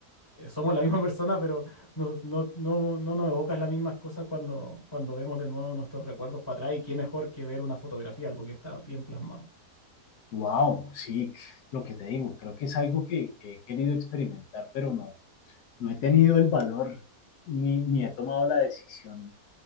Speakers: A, on the left; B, on the left.
A: eh, somos la misma persona, pero no, no, no, no nos evocas las mismas cosas cuando, cuando vemos de nuevo nuestros recuerdos para atrás y qué mejor que ver una fotografía, algo que está bien plasmado.
B: Wow, sí, lo que te digo, creo que es algo que, que he querido experimentar, pero no, no he tenido el valor ni, ni he tomado la decisión